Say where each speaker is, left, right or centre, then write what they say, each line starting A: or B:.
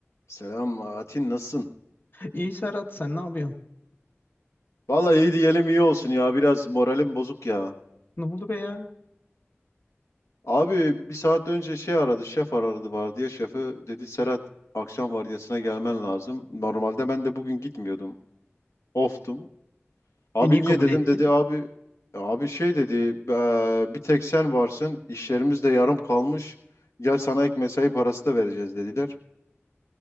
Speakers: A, on the left; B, on the left.
A: Selam Atin nasılsın?
B: İyi Serhat sen ne yapıyorsun?
A: Vallahi iyi diyelim iyi olsun ya biraz moralim bozuk ya.
B: Ne oldu be ya?
A: Abi bir saat önce şey aradı şef aradı var diye şefi dedi Serhat akşam vardiyasına gelmen lazım. Normalde ben de bugün gitmiyordum oftum. Abi
B: E niye
A: niye
B: kabul
A: dedim
B: etti?
A: dedi abi abi şey dedi "eee, bir tek sen varsın işlerimiz de yarım kalmış gel sana ek mesai parası da vereceğiz dediler.